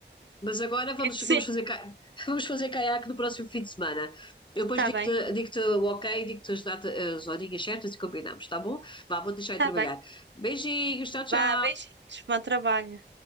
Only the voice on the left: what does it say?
Mas agora vamos,
vamos fazer, ca- <laughs> vamos fazer caiaque no próximo fim de semana. Eu
depois digo-te
digo-te o ok, digo-te as, data- as horinhas certas e combinamos, tá bom? Vá, vou deixar
de trabalhar.
Beijinhos, tchau, tchau.